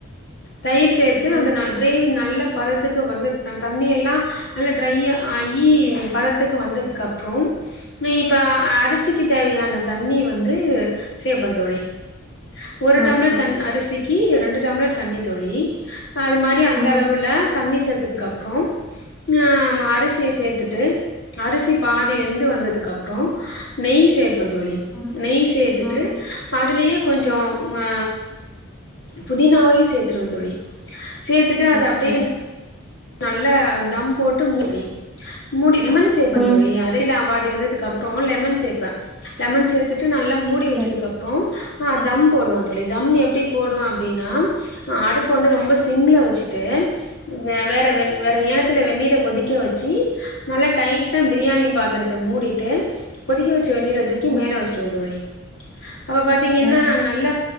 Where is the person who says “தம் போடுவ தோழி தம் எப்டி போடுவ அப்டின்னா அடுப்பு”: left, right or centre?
Left